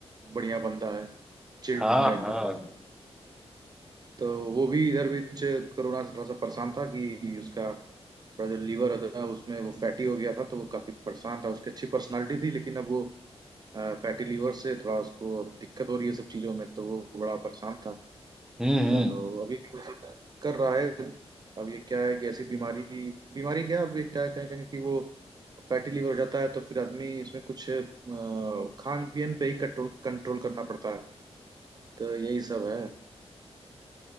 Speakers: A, on the right; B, in the centre.
A: बढ़िया बंदा है चिल्ड
B: हाँ
A: बंदा एकदम
B: हाँ
A: तो वो भी इधर बीच कोरोना से थोड़ा सा परेशान था कि उसका थोड़ा जो लीवर होता था उसमें वो फैटी हो गया था तो वो काफी परेशान था उसकी अच्छी पर्सनालिटी थी लेकिन अब वो फैटी लीवर से थोड़ा उसको दिक्कत हो रही है सब चीजों में तो वो बड़ा परेशान था
B: हम्म
A: तो
B: हम्म
A: अभी वो सब कर रहा है अब ये क्या है कि ऐसी बीमारी बीमारी क्या है, अब ये क्या क्या कहेंगे कि वो फैटी लीवर हो जाता है तो फिर आदमी इसमें कुछ खान पीन पे ही कंट्रोल कंट्रोल करना पड़ता है तो यही सब है